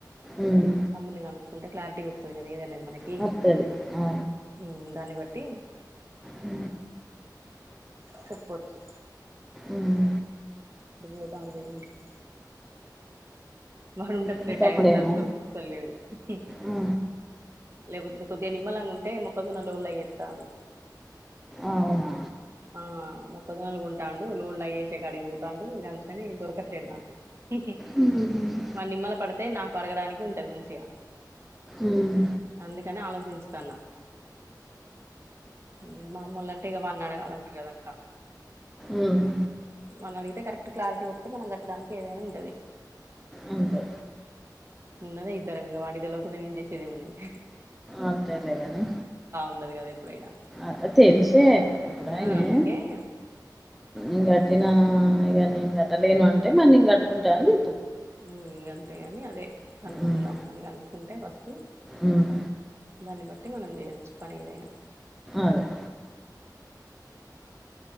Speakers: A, in the centre; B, on the right.
A: ఉమ్.
B: తమ్ముని కనుక్కుంటే క్లారిటీ వొత్తది గద ఎదనేది. మనకి
A: వస్తుంది ఆ.
B: ఉమ్ దాన్ని బట్టి.
A: అ
B: చెప్పచ్చు.
A: ఉమ్.
B: ఇది బొత అన్నది విజే ఇంటికి. వాడు ఉండట్లే
A: మీ తమ్ముడేనా
B: టైం కి నాకు దొరుకుతలేడు ఉమ్.
A: ఆ.
B: లేపోదే కొద్దిగా నిమ్మలాంగా ఉంటే మొక్కజొన్నలు లూలా జెతార్రు.
A: అవునా.
B: ఆ. అ మొక్కజొన్నలు కొంటాండు నుల్లా ఏషే కాడికి వొతాండు ఇగ అందుకనే ఇ దొరకట్లేదు నాకు హు హు.
A: ఉమ్,
B: వాడు నిమ్మల పడితే నాకు అడగడానికి ఉంటది మంచిగా.
A: ఉమ్,
B: అందుకనే ఆలోచించుతన్న. ఉమ్ మమ్మోలంటే ఇగ వాన్ని అడగాలంటారు గద అక్క.
A: ఉమ్.
B: వన్నడిగితే కరెక్ట్ క్లారిటీ వస్తే మనం కట్టడానికి ఏదైనా ఉండది
A: అంతే
B: ఉన్నదే ఇద్దరం ఇగ వాడికి లేవకుండా నేను చేసేదే ఏం ఉన్నది
A: అంతేలే అని
B: ఉన్నది కదా ఎప్పుడైనా
A: అద తెచ్చే అప్పుడయినే
B: ఆ అందుకే
A: ఇంకటిన
B: ఉమ్
A: ఇగ నేన్ గట్టలేను అంటే మరి ఇగ నేన్ కట్టుకుంట అని
B: ఉమ్ అంతేగాని అదే కనుక్కుందాం
A: ఉమ్,
B: మని కనుక్కుంటే ఫస్ట్
A: ఉమ్
B: దాన్ని బట్టి మనం చేయొచ్చు పని ఏదైనా
A: అదే